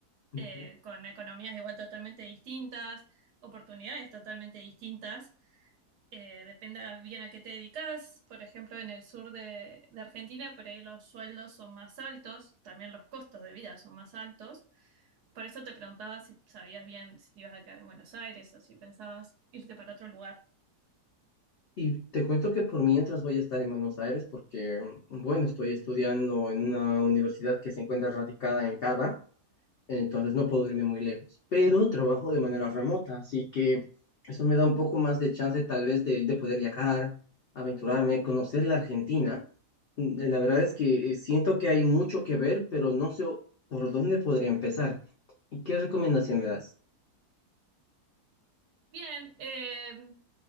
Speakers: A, on the left; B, on the right.
A: Ujú.
B: eh, con economías igual totalmente distintas, oportunidades totalmente distintas. Eh, depende bien a qué te dedicas. Por ejemplo, en el sur de, de Argentina, por ahí los sueldos son más altos, también los costos de vida son más altos. Por eso te preguntaba si sabías bien si te ibas a quedar en Buenos Aires o si pensabas irte para otro lugar.
A: Y te cuento que por mientras voy a estar en Buenos Aires porque, mm, bueno, estoy estudiando en una universidad que se encuentra radicada en Cava. entonces no puedo irme muy lejos, pero trabajo de manera remota, así que eso me da un poco más de chance tal vez de, de poder viajar, aventurarme, conocer la Argentina. Mm, eh, La verdad es que eh, siento que hay mucho que ver, pero no sé por dónde podría empezar. ¿Y qué recomendación me das?
B: Bien, eh,